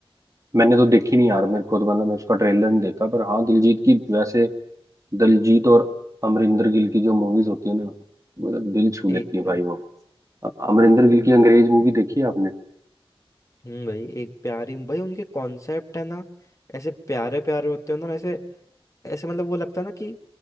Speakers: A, on the right (about 35°); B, on the left (about 30°).
A: मैंने तो देखी नहीं यार मेरे को तो मतलब मैं उसका ट्रेलर नहीं देखा पर हाँ दिलजीत की वैसे दिलजीत और अमरिंदर गिल की जो मूवीज होती है ना मतलब दिल छू
B: एक
A: लेती है भाई
B: नंबर
A: वो अ-
B: की
A: अमरिंदर
B: तो भाई
A: गिल की अंग्रेज मूवी देखी है आपने
B: हम्म भाई एक प्यारी भाई उनके कॉन्सेप्ट है ना ऐसे प्यारे प्यारे होते हैं ना ऐसे ऐसे मतलब वो लगता है ना कि